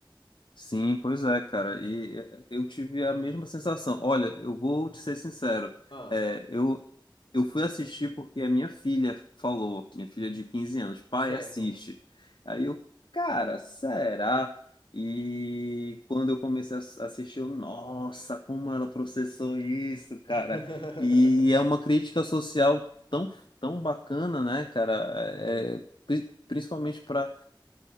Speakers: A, on the left; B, on the left.
A: Sim, pois é, cara. E eh, eu tive a mesma sensação. Olha, eu vou te ser sincero.
B: Ah,
A: É, eu, eu fui assistir porque a minha filha falou, minha filha de 15 anos, pai,
B: certo.
A: assiste. Aí eu, cara, será? E quando eu comecei a ass- assistir, eu, nossa, como ela processou isso, cara.
B: <laughs>
A: E é uma crítica social tão, tão bacana, né, cara? É,
B: É,
A: é, pri- principalmente para